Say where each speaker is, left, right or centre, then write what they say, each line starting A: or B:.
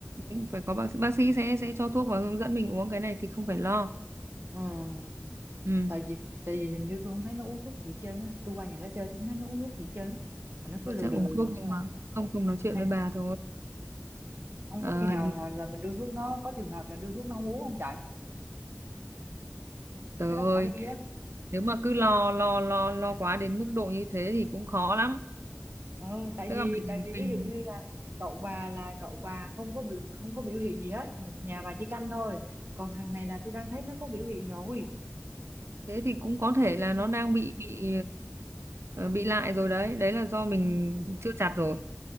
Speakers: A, on the right; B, on the right.
A: cũng phải có bác sĩ bác sĩ sẽ sẽ cho thuốc và hướng dẫn mình uống cái này thì không phải lo
B: ừ
A: ừ
B: tại vì tại vì hình như tôi không thấy nó uống thuốc gì hết trơn á tôi qua nhà nó chơi tôi không thấy nó uống thuốc gì hết trơn á mà nó cứ
A: mà
B: lừa
A: chắc
B: đừ
A: uống
B: lừa
A: thuốc
B: đừ
A: nhưng
B: thôi
A: mà không không nói chuyện
B: à
A: với bà thôi
B: không
A: Ờ,
B: có khi nào là, là mình đưa thuốc nó có trường hợp là đưa thuốc nó không uống không trời
A: trời
B: cái nó
A: ơi
B: bỏ đi á
A: nếu mà cứ lo lo lo lo quá đến mức độ như thế thì cũng khó lắm
B: ờ, tại
A: tức
B: vì
A: là mình
B: tại vì
A: mình
B: ví dụ như là cậu bà là cậu bà không có biểu không có biểu hiện gì hết nhà bà chỉ canh thôi còn thằng này là tôi đang thấy nó có biểu hiện rồi
A: thế thì cũng có thể là
B: ừ,
A: nó đang bị bị ừ, bị lại rồi đấy đấy là do mình
B: Ừ.
A: chưa chặt rồi